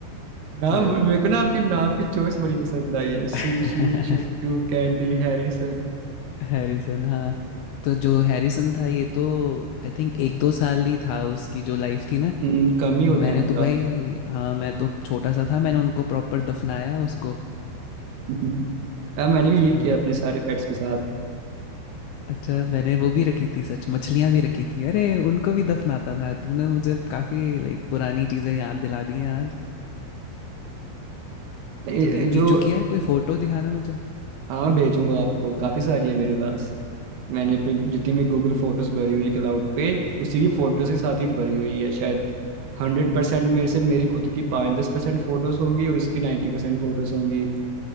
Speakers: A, on the right (about 70°); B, on the left (about 85°).
A: नाम
B: तो
A: मेरे को ना आपके नाम की चॉइस बड़ी पसंद आई है
B: <laughs>
A: सुशी चिंटू कैंडी हैरिसन
B: हैरिसन हाँ तो जो हैरिसन था ये तो आई थिंक एक दो साल ही था उसकी जो लाइफ थी ना
A: हम्म, कम ही होता
B: तो मैंने
A: है इनका
B: तो भाई हाँ मैं तो छोटा सा था मैंने उनको प्रॉपर दफनाया उसको
A: <laughs> हाँ मैंने भी ये
B: तो
A: किया अपने सारे पेट्स के साथ
B: अच्छा मैंने वो भी रखी थी सच मछलियाँ भी रखी थी अरे उनको भी दफनाता था तुमने मुझे काफ़ी लाइक पुरानी चीज़ें याद दिला दी हैं आज
A: नहीं,
B: तो ये
A: जो
B: पीचू की यार कोई फ़ोटो दिखाना मुझे
A: हाँ भेजूंगा आपको काफी सारी है मेरे पास मैंने अपनी जितनी भी गूगल फोटोज भरी हुई है क्लाउड पे उसी की फोटोज के साथ ही भरी हुई है शायद हंड्रेड परसेंट मेरे से मेरी खुद की पाँच दस परसेंट फोटोज होंगी और उसकी नाइन्टी परसेंट फोटोज होंगी